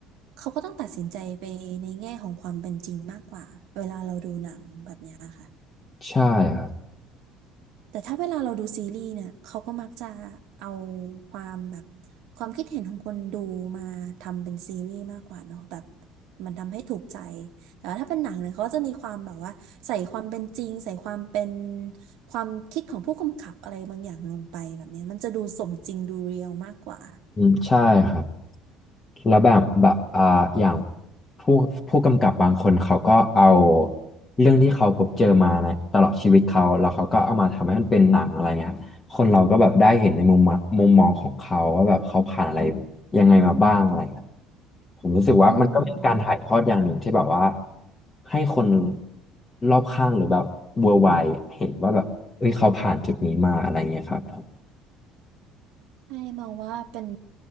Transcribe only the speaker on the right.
เขาก็ต้องตัดสินใจไปในแง่ของความเป็นจริงมากกว่าเวลาเราดูหนังแบบเนี้ยค่ะ
แต่ถ้าเวลาเราดูซีรีส์เนี่ยเขาก็มักจะเอาความแบบความคิดเห็นของคนดูมาทำเป็นซีรีส์มากกว่าเนอะแบบมันทำให้ถูกใจแต่ว่าถ้าเป็นหนังเนี่ยเขาจะมีความแบบว่าใส่ความเป็นจริงใส่ความเป็นความคิดของผู้กำกับอะไรบางอย่างลงไปแบบเนี้ยมันจะดูสมจริงดูเรียลมากกว่า
อืม
ให้มองว่าเป็น